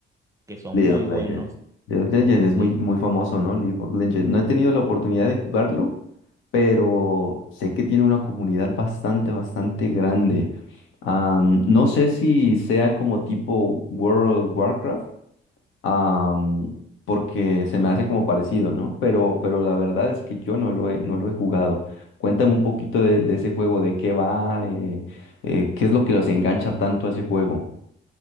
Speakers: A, on the right (about 15°); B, on the left (about 85°).
A: que son
B: League
A: muy
B: of Legends.
A: buenos.
B: League of Legends es
A: sí.
B: muy, muy famoso, ¿no? League of Legends. No he tenido la oportunidad de jugarlo pero sé que tiene una comunidad bastante, bastante grande. Am, no sé si sea como tipo World of Warcraft, am, porque se me hace como parecido, ¿no? Pero, pero la verdad es que yo no lo he, no lo he jugado. Cuéntame un poquito de, de ese juego, de qué va, eh, eh, qué es lo que los engancha tanto a ese juego.